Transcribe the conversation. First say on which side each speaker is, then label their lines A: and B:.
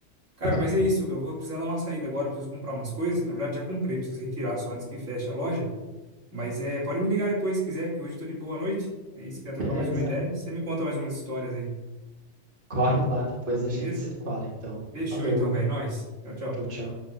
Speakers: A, on the right; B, on the right.
A: Cara, mas
B: Sim,
A: é isso. Eu vou precisar dar uma saída agora. Preciso comprar umas coisas. Na verdade, já comprei. Preciso retirar só antes que feche a loja. Mas é, pode me ligar depois se quiser, que hoje eu tô de boa noite. Aí, se quiser trocar
B: beleza.
A: mais uma ideia, você me conta mais umas histórias aí.
B: Corre lá, depois
A: Beleza?
B: a gente se fala, então.
A: Fechou
B: Falou.
A: então, velho. Nós. Tchau, tchau.
B: Tchau, tchau.